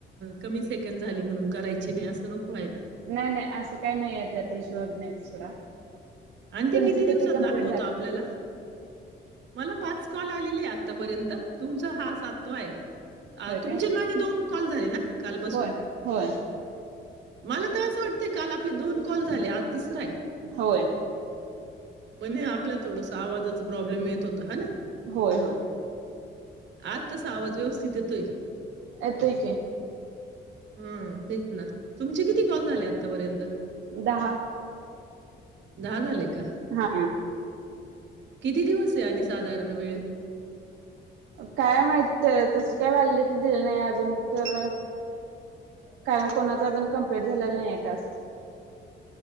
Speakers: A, on the right; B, on the right.
A: कमी सेकंड झाले म्हणून करायची नाही असं नको. व्हायला.
B: नाही नाही असं काही नाही. त्यात इशू होत नाही. सोडा
A: आणि ते
B: तुमचे
A: किती दिवसात
B: कम्प्लीट
A: दाखवत
B: झाले
A: आपल्याला? मला पाच कॉल आलेले आहे आतापर्यंत. तुमचा हा सातव आहे
B: होय
A: तुमचे
B: काय
A: माझे दोन -- कॉल झालेे ना कालपासून?
B: होय होय.
A: मला तर असं वाटतंय काल आपले दोन कॉल झाले आज तिसरा हाय.
B: होय.
A: पण हे आपल्या थोडसं आवाजाचा प्रॉब्लेम येत होता हो ना
B: होय होय
A: आज तसा आवाज व्यवस्थित येतोय.
B: येतोय की
A: हं, तेच ना. तुमचे किती कॉल झाले आत्तापर्यंत?
B: दहा.
A: दहा झाले का?
B: हा
A: किती दिवस आहे आणि साधारण वेळ?
B: काय माहित तशी काय व्हॅलिडिटी दिली नाही अजून तर कारण कोणाच अजून कंम्प्लीट झालेला नाहीय टास्क.